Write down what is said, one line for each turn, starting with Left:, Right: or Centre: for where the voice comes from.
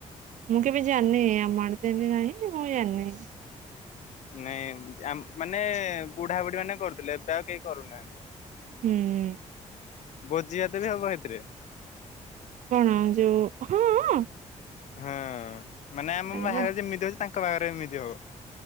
Right: ମୁଁ କେବେ ଜାଣିନି ଆମଡ ନାହିଁ ମୁଁ ଜାଣିନି
Left: ନାଇଁ ମାନେ ବୁଢାବୁଢୀ ମାନେ କରୁଥିଲେ ଏବେ ଆଉ କେହି କରୁନାହାନ୍ତି।
Right: ହୁଁ
Left: ଭୋଜି ହାତେ ବି ହବ ସେଇଥିରେ
Right: କଣ ଯୋଉ ହଁ
Left: ହଁ ମାନେ ଆମ
Right: ଆରେ
Left: ବାହାଘରେ
Right: ବା
Left: ଯେମିତି ହଉଛି ତାଙ୍କ ବାଖରେ ଏମିତି ହବ